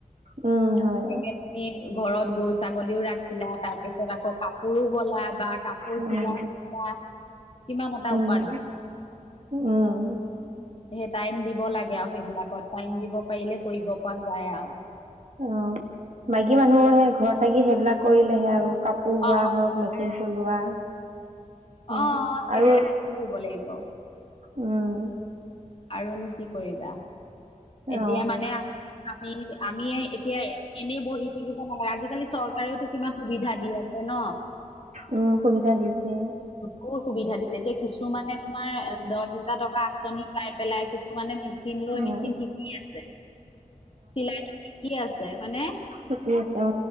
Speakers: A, on the right (about 60°); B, on the left (about 45°).
A: উম হয়
B: তে তুমি ঘৰত গৰু, ছাগলীও ৰাখিলা তাৰ পিছত আকৌ কাপোৰো বলা বা কাপোৰ
A: উম
B: চিলাই কৰিলা কিমান এটা
A: উম
B: উপা
A: উম
B: হে টাইম দিব লাগে আৰু সেইবিলাকত টাইম দিব পাৰিলে কৰিব পৰা যায় আৰু
A: অ মাইকী মানুহে ঘৰত থাকি সেইবিলাক কৰিলেহে আৰু কাপ পোৰ ৱোৱা
B: অ
A: হওক মেচিন চলোৱা উম
B: অ সেইবিলাকতে
A: আৰু
B: কৰিব লাগিব
A: উম
B: আৰুনো কি কৰিবা
A: অ
B: এতিয়া মানে আমি আমি এতিয়া এনেই বহি থাকিব নালাগে আজি-কালি চৰকাৰেও তো কিমান সুবিধা দি আ ছে ন
A: উম সুবিধা দিছে
B: বোৰ সুবিধা দিছে এতিয়া কিছুমানে তোমাৰ দহ হেজাৰ টকা আঁচনি পাই পেলাই কিছুমানে মেচিন লৈ
A: উম
B: মেচিন শিকি আছে চিলাইটো শিকি আছে হয়নে
A: শিকি আছে অ